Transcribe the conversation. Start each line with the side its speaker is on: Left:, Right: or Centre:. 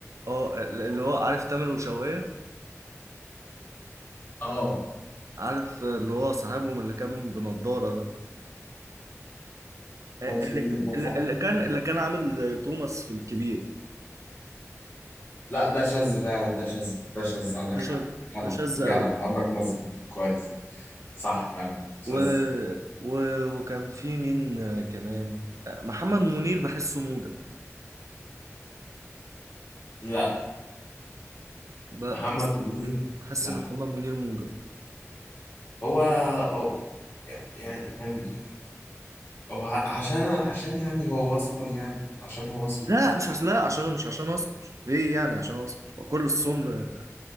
Right: اه اللي هو عارف تامر وشوقية
Left: اه
Right: عارف آه، اللي هو صاحبهم اللي كان بنضارة ده آه،
Left: محمد شاهين
Right: اللي
Left: اه
Right: اللي
Left: صح
Right: اللي كان
Left: آه.
Right: اللي كان عامل توماس في الكبير
Left: لا ده شاذ فعلا ده شاذ ده شاذ عندك
Right: ده
Left: حق
Right: شاذ
Left: جدع
Right: ده شاذ
Left: جدع
Right: قوي
Left: انت عندك نظر كويس صح فعلا شاذ
Right: و... و... وكان في مين آه، كمان آه، محمد منير بحسه موجب
Left: لا
Right: ب-
Left: محمد
Right: بحس
Left: منير
Right: بحس
Left: لا
Right: ان محمد منير موجب
Left: هو هو- يعني يعني هو ع- عشان عشان يعني هو اسمر يعني عشان هو اسمر
Right: لا مش عشان لا عشان مش عشان اسمر ليه يعني عشان اسمر هو كل السمر